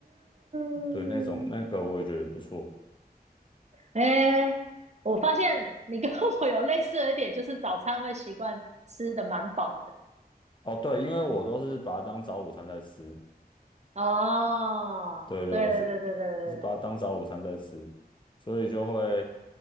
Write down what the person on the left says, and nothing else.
对，那种那个我也觉得不错。
哦，对，因为我都是把它当早午餐在吃，
对对，
我是我是把它当早午餐在吃，所以就会